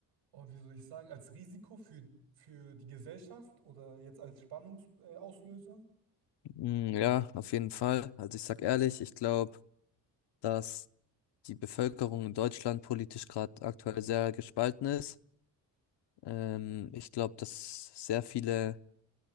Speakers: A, on the right (about 75°); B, on the left (about 60°).
A: oh, wie soll ich sagen, als Risiko für, für die Gesellschaft oder jetzt als Spannungsauslöser? Äh, Auslöser?
B: Mm, Ja, auf jeden Fall. Also ich sag ehrlich, ich glaube, dass die Bevölkerung in Deutschland politisch gerade aktuell sehr gespalten ist. Ähm, ich glaube, dass sehr viele